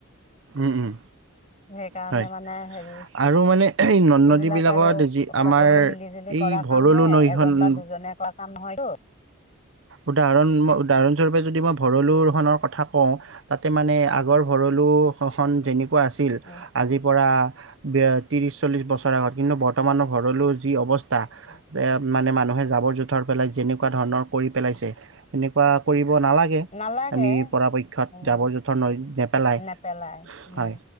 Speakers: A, on the right (about 65°); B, on the left (about 30°).
A: উম উম
B: সেইকাৰণে
A: হয়
B: মানে হেৰি
A: আৰু মানে এই নদ নদী
B: এইবিলাক
A: বিলাকত
B: আৰু
A: যি
B: সকলোৱে
A: আমাৰ
B: মিলি জুলি
A: এই
B: কৰা
A: ভৰলো
B: কামহে
A: নৈখন
B: এজন বা দুজনে কৰা কাম নহয় ত
A: উদাহৰণ মই উদাহৰণস্বৰূপে যদি মই ভৰলোখনৰ কথা কওঁ তাতে মানে আগৰ ভৰলোখন যেনে কোৱা আছিল
B: উম
A: আজিৰ পৰা এতিয়া ত্ৰিশ চল্লিছ বছৰ আগত কিন্তু বৰ্তমানৰ ভৰলো যি অৱস্থা
B: উম
A: থা মানে মানুহে যাবৰ জোথৰ থৰ পেলাই যেনেকোৱা ধৰণৰ কৰি পেলাইছে এনেকোৱা কৰি ব নালাগে
B: নালাগে
A: আমি পৰাপক্ষত
B: উম
A: যাবৰ জোঁথৰ নদীত নেপেলাই
B: নেপেলাই উম
A: হয়